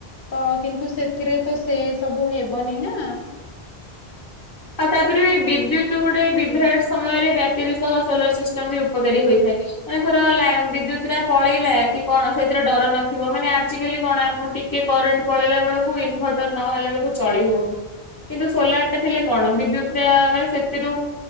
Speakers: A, on the left; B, on the left.
A: ତ କିନ୍ତୁ ସେଥିରେ ତ ସେ ସବୁ ହେବନି ନା।
B: ଆଉ ତାପରେ ବିଦ୍ୟୁତ ଗୋଟେ ବିଭ୍ରାଟ ସମୟରେ ବ୍ୟାଟେରୀ ସହ ସୋଲାର ସିଷ୍ଟମ ବି ଉପକାରୀ ହୋଇଥାଏ। ମାନେ ଥର ବିଦ୍ୟୁତ ଟା ପଳେଇଲା କି କଣ ସେଥିରେ ଡର ନଥିବ ମାନେ ଆଜିକାଲି କଣ ଆମକୁ ଟିକେ କରେଣ୍ଟ ପଳେଇଲା ବେଳକୁ ଇନଭର୍ଟର ନହଲା ବେଳକୁ ଚଳି ହଉନି। କିନ୍ତୁ ସୋଲାର ଟା ଥିଲେ କଣ ବିଦ୍ୟୁତ ରେ ସେଥିରୁ